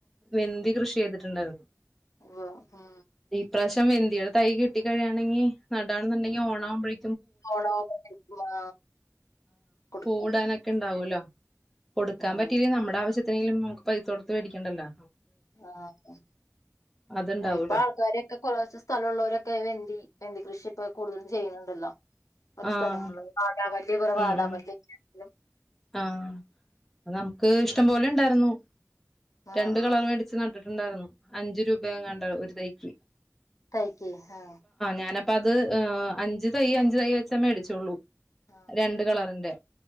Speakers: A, in the centre; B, on the left.
A: വെന്തി കൃഷ് ചെയ്ത്ട്ട്ണ്ടത്
B: വോ ഹ്മ്
A: പ്രാവശ്യം വെന്തിടെ തൈ കിട്ടി കഴിയാണെങ്കി നടാംന്ണ്ടെങ്കി ഓണവുമ്പഴേ
B: ഓണവുമ്പഴേക്കും കിട്ടുവോ കൊട്
A: പൂവ്ടാനൊക്കെണ്ടാവോ ല്ലോ കൊടുക്കാൻ
B: ഉം
A: പറ്റീല്ലേലും നമ്മടെ ആവശ്യത്തിനേലും നമുക്ക് പൈസ കൊട്ത്ത് വേടിക്കേണ്ടല്ലോ
B: ആഹ്
A: അതുണ്ടാവൂലോ
B: ആ ഇപ്പൊ ആൾക്കാരൊക്കെ കൊർച് സ്ഥലള്ളോരൊക്കേ വെന്തി വെന്തി കൃഷി പ്പൊ കൂടുതലും ചെയ്യ്ണത് ടെല്ല പല
A: ആഹ്
B: സ്ഥലങ്ങൾള്ള് വാടാ മല്ലി അതേ പോലെ
A: ഉം
B: വാടാ
A: ഉം
B: മല്ലിയൊക്കെ <inaudible>
A: ആഹ് അതമ്മക്ക് ഇഷ്ടംപോലെ ണ്ടാ ന്നു
B: ആഹ്
A: രണ്ട്
B: ആഹ്
A: കളർ മേടിച് നട്ട് ണ്ടാർന്നു അഞ്ച് രൂപെങ്ങാണ്ട ഒരു തൈക്ക്‌
B: തൈക്ക് ഹാ
A: ഞാനപ്പ ട്ടത് ആ അഞ്ച് തയ്യ് അഞ്ച് തയ്യ് വെച്ച മേടിചൊള്ളു.
B: ആഹ്
A: രണ്ട് കളറ്ന്റെ